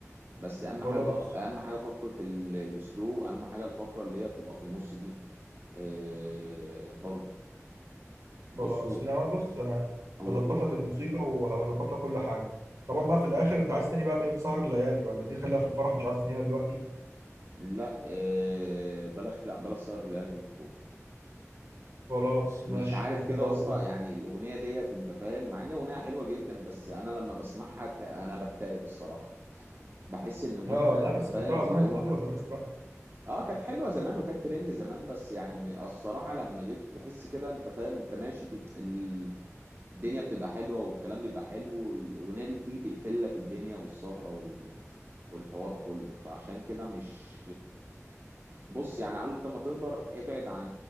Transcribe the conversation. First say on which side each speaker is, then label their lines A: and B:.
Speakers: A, on the right (about 45°); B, on the right (about 70°).
A: بس اهم
B: خلاص
A: حاجه اه اهم حاجه فقره ال- السلو اهم حاجه الفقره اللي هي بتبقى في النص دي آه برضو
B: خلاص
A: بصوا
B: انما بص انا
A: هو
B: هظبط
A: هو
B: لك الموسيقى وهظبط لك كل حاجه طبعا بقى في الاخر انت عايز تاني بقى بايه بسهر الليالي ولا دي خليها في الفرح مش عايز تنهيها دلوقتي
A: لا آه بلاش لا بلاش سهر الليالي في الخطوبه
B: خلاص
A: مش
B: ماشي
A: عارف
B: ممكن
A: كده
B: برضو
A: يا اسطى يعني الاغنيه ديت انت فاهم مع ان اغنيه حلوه جدا بس انا لما بسمعها ت- انا بكتئب الصراحه بحس ان مودها
B: اه لا
A: انت
B: بس
A: فاهم
B: كانت طالعه
A: اللي
B: زمان
A: هو
B: كانت حلوه زمان الصراحه
A: اه كانت حلوه زمان وكانت ترند زمان بس يعني م- الصراحه لما جيت تحس كده انت فاهم انت ماشي بي... ال- الدنيا بتبقى حلوه والكلام بيبقى حلو والاغنيه دي بتيجي تقفل لك الدنيا والسهره وال... والحوار كله فعشان كده مش بص يعني على قد ما تقدر ابعد عن